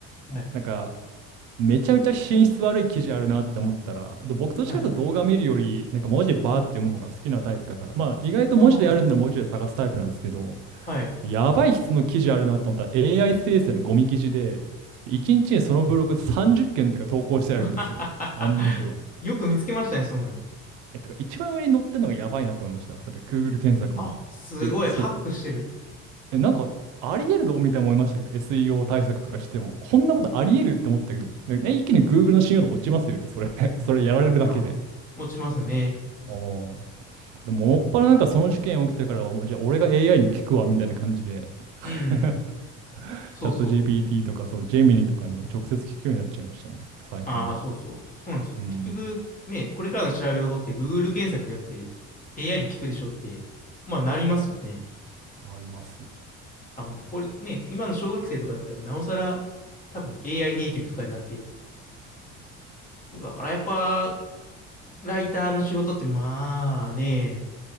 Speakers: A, on the left; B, on the right.
A: はい。
B: なんかめちゃめちゃ品質悪い記事あるなって思ったら、で僕と違うと動画見るより、
A: はい。
B: なんか文字バーって読む方が好きなタイプだから、
A: うん。
B: まあ意外と文字でやるんなら文字で探すタイプなんですけど、
A: ああ、はい。
B: やばい質の記事あるなって思ったら AI 生成のゴミ記事で、で1日にちにそのブログ30件とか投稿してあるんですよ。
A: <laughs>
B: 案の定。
A: よく見つけましたね、そんなの。
B: え、とか一番上に載ってるのがやばいなって思いました。それ、Google 検索の。
A: あ、すごい、
B: え、それ
A: ハックしてる。
B: え、なんか、あり得るのみたいに思いましたけど、SEO 対策とかしても、こんなことあり得るって思ったけど、でね一気に Google の信用度落ちますよね、それ。<laughs> それやられるだけで。
A: ああ、落ちますね。
B: おーでも、もっぱらなんかその事件起きてからは、もうじゃあ俺が AI に聞くわ、みたいな感じで、<laughs>
A: うん、うん。そうそう。
B: チャット GPT とか、そう、ジェミニとかにも直接聞くようになっちゃいましたね、最近は。
A: ああ、そうそう。そうなんですよ。
B: うん、
A: 結局、ね、これからの調べ事って Google 検索じゃなくて AI に聞くでしょって、まあなりますよね。
B: なります。
A: 多分、これね、今の小学生とかだったらなおさら多分 AI ネイティブとかになって。そう、だからやっぱ、ライターの仕事ってまあね、